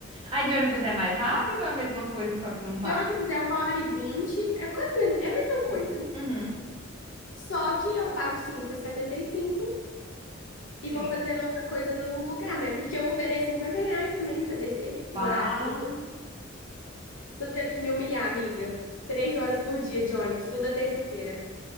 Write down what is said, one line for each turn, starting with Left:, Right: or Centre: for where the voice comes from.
Right: Aí de ônibus é mais rápido ou é a mesma coisa, só que não para?
Left: De ônibus é uma hora e vinte, é quase a mes- é a mesma coisa.
Right: Uhum.
Left: Só que eu pago cinco e setenta e e cinco
Right: Sim.
Left: e vou fazendo outra coisa no lugar, né? Porque o Uber é 50 reais também pra descer
Right: Para.
Left: no horário que eu dou. Tô tendo que me humilhar, amiga. Três horas por dia de ônibus, toda terça-feira.